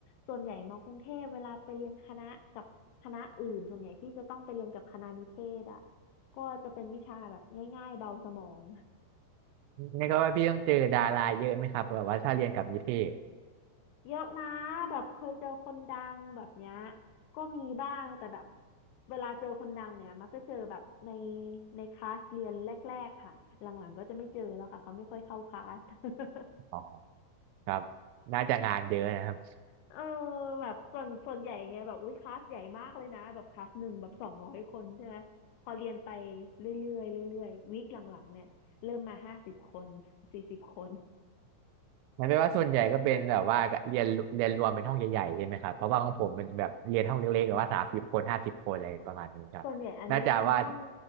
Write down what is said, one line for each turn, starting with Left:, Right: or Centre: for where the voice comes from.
Left: ส่วนใหญ่มากรุงเทพเวลาไปเรียนคณะกับคณะอื่นส่วนใหญ่พี่จะต้องไปเรียนกับคณะนิเทศอ่ะก็จะเป็นวิชาแบบง่ายๆเบาสมอง
Right: นี่ก็ว่าพี่ต้องเจอดาราเยอะไหมครับแบบว่าถ้าเรียนกับนิเทศ
Left: เยอะนะแบบเคยเจอคนดังแบบเนี้ยก็มีบ้างแต่แบบเวลาเจอคนดังเนี่ยมักจะเจอแบบในในคลาสเรียนแรกๆค่ะหลังๆก็จะไม่เจอแล้วค่ะเขาไม่ค่อยเข้าคลาส <laughs>
Right: อ๋อครับน่าจะงานเยอะนะครับ
Left: เออแบบส่วนส่วนใหญ่เงี้ยแบบอุ้ยคลาสใหญ่มากเลยนะแบบคลาสหนึ่งแบบสองร้อยคนใช่ไหมพอเรียนไปเรื่อยๆเรื่อยๆวีคหลังๆเนี่ยเริ่มมาห้าสิบคนสี่สิบคน
Right: มันเปลว่าส่วนใหญ่ก็เป็นแบบว่าเรียนเรียนรวมเป็นห้องใหญ่ๆใช่ไหมครับเพราะว่าของผมมันแบบเรียนห้องเล็กๆแบบว่าสามสิบคนห้าสิบคนอะไรประมาณนี้ครับน่าจะว่า
Left: อ๋อส่วนใหญ่อันนี้เป็นห้อง